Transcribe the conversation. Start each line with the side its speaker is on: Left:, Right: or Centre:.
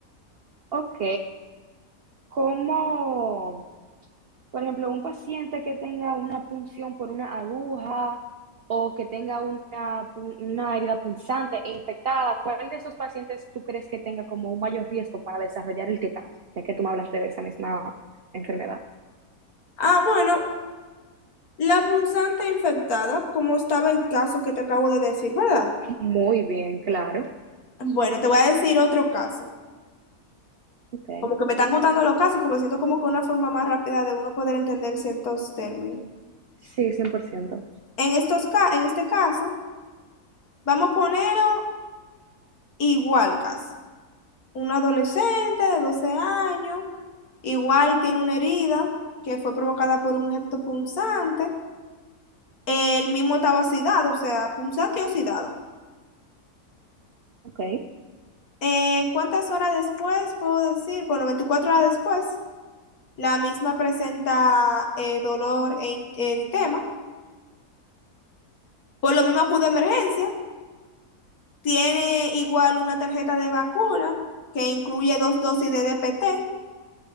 Right: ok. como, por ejemplo, un paciente que tenga una punción por una aguja o que tenga una, pu- una herida punzante e infectada, ¿cuál de esos pacientes tú crees que tenga como un mayor riesgo para desarrollar el tétano? Ya que tú me hablaste de esa misma enfermedad.
Left: Ah, bueno, la punzante infectada, como estaba el caso que te acabo de decir, ¿verdad?
Right: Muy bien, claro.
Left: Bueno, te voy a decir otro caso.
Right: okay,
Left: Como que me están gustando los casos porque siento como que una forma más rápida de uno poder entender ciertos términos.
Right: Sí, cien por ciento,
Left: En estos ca- en este caso, vamos a ponerlo igual caso. Un adolescente de 12 años, igual tiene una herida que fue provocada por un objeto punzante. El mismo estaba oxidado, o sea, punzante y oxidado.
Right: Ok.
Left: Eh, ¿cuántas horas después puedo decir? Bueno, 24 horas después, la misma presenta eh, dolor e in- eritema. Por lo mismo acude a emergencia. Tiene igual una tarjeta de vacuna que incluye dos dosis de DPT